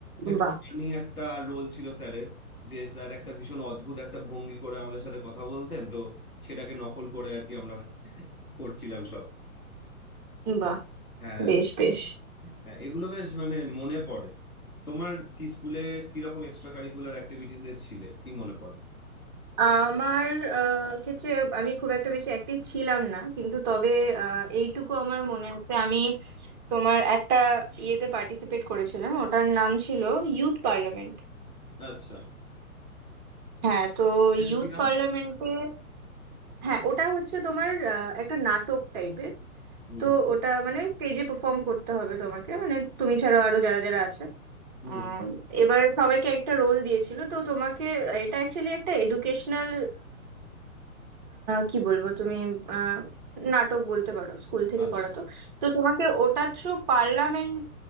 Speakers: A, on the left; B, on the right.
A: একটু
B: বাহ
A: ফানি একটা রোল ছিল স্যারের যে স্যার একটা ভীষণ অদ্ভুত একটা ভঙ্গি করে আমাদের সাথে কথা বলতেন তো সেটাকে নকল করে আর কি আমরা করছিলাম সব
B: বাহ
A: হ্যাঁ
B: বেশ বেশ
A: হ্যাঁ এগুলো বেশ মানে মনে পড়ে তোমার কি স্কুলে কিরকম এক্সট্রা কারিকুলার অ্যাক্টিভিটিস এ ছিলে কি মনে পড়ে
B: আমার আহ, ক্ষেত্রে আমি খুব একটা বেশি অ্যাক্টিভ ছিলাম না কিন্তু তবে আহ, এইটুকু আমার মনে আছে আমি তোমার একটা ইয়েতে পার্টিসিপেট করেছিলাম ওটার নাম ছিল ইউথ পার্লামেন্ট
A: আচ্ছা
B: হ্যাঁ তো
A: সেটা
B: ইউথ
A: কি নাম
B: পার্লামেন্টে হ্যাঁ ওটা হচ্ছে তোমার আহ, একটা নাটক টাইপের
A: হুম
B: তো ওটা মানে স্টেজে পারফর্ম করতে হবে তোমাকে মানে তুমি ছাড়াও আরো যারা যারা আছে
A: হুম
B: আহ, এবার সবাইকে একটা রোল দিয়েছিল তো তোমাকে এটা অ্যাকচুয়ালি একটা এডুকেশনাল কি বলবো তুমি আহ, নাটক বলতে পারো স্কুল থেকে
A: আচ্ছা
B: করাতো তো তোমাকে ওটা থ্রু পার্লামেন্ট